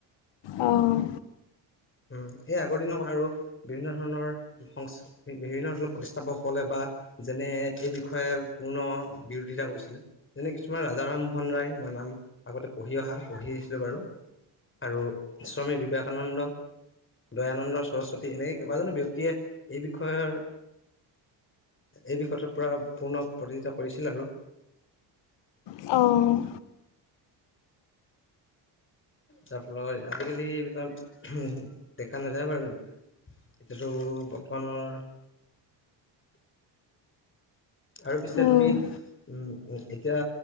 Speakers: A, on the left; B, on the left.
A: অ',।
B: উম', এই আগৰ দিনত আৰু বিভিন্ন ধৰণৰ। সং বিভিন্ন ধৰণৰ প্ৰতিষ্ঠাপকসকলে বা যেনে এই বিষয়ে পূৰ্ণ বিৰোধিতা কৰিছিলে। যেনে কিছুমান ৰাজা ৰামমোহন ৰায়, মই নাম আগতে পঢ়ি অহা পঢ়ি আহিছিলো বাৰু। আৰু স্বামী বিবেকানন্দ। দয়ানন্দ সৰস্বতী এনেকে কেইবাজনো ব্যক্তিয়ে এই বিষয়ৰ এই বিষয়টো পূৰা পূৰ্ণ প্ৰতিযোগিতা কৰিছিল আৰু।
A: অ',।
B: তাৰপাত আজিকালি এইবিলাক উ' দেখা নাযায় বাৰু। এতিয়ো বৰ্তমানৰ আৰু পিছে
A: অঁ
B: তুমি উম', এতিয়া